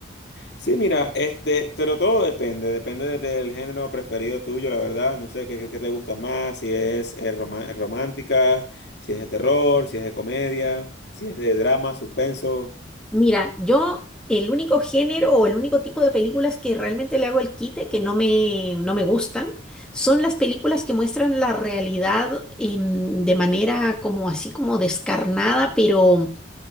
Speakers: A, on the left; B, in the centre.
A: Sí, mira, este, pero todo depende, depende del género preferido tuyo, la verdad. No sé qué, qué- qué te gusta más, si es eh, roma- romántica, si es de terror, si es de comedia, si es de drama, suspenso.
B: Mira, yo el único género o el único tipo de películas que realmente le hago el quite, que no me, no me gustan, son las películas que muestran la realidad em, de manera como así como descarnada, pero